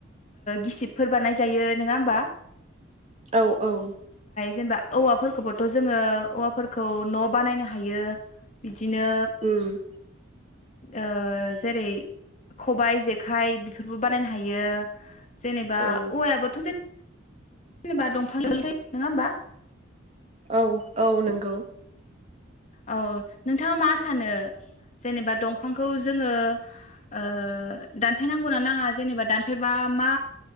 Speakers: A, on the left (about 35°); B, on the right (about 35°).
A: गिसिबफोर बानाय जायो नङा होमबा ।
B: औ-औ
A: जेनबा औवाफोरखौबोथ जोङो औवाफोर खौ न बानायनो हायो बिदिनो
B: उम
A: ओ जेरै खबाइ जेखाइ बेफोरबो बानायनो हायो। जेनेबा
B: औ
A: औवायाबोथ जे जेनेबा दंफां <unintelligible> नङा होमबा।
B: औ- औ नंगौ।
A: औ नोंथाङा मा सानो जेनेबा दंफांखौ जोङो ओ दानफायनांगौना नाङा जेनेबा दानफायबा मा